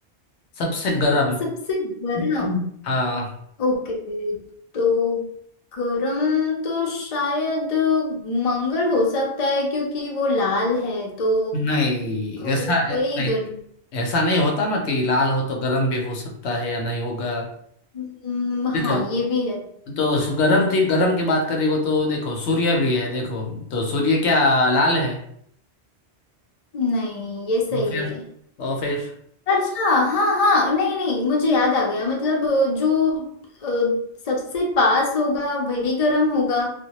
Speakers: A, on the left; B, on the left.
A: सबसे गर्म
B: सबसे बड़ा
A: हाँ
B: ओके तो गरम तो शायद मंगल हो सकता है क्योंकि वो लाल है तो
A: नहीं ऐसा
B: वो
A: ऐ-
B: वही
A: नहीं
B: गरम
A: ऐसा नहीं होता ना कि लाल हो तो गर्म भी हो सकता है या नहीं होगा
B: हम्म,
A: देखो
B: हाँ ये भी है
A: तो सु- गर्म थी गर्म की बात करेगा तो देखो सूर्य भी है देखो तो सूर्य क्या लाल है
B: नहीं ये सही
A: और फिर
B: है
A: और फिर
B: अच्छा हाँ हाँ नहीं नहीं मुझे याद आ गया मतलब अ, जो अ, सबसे पास होगा वही गर्म होगा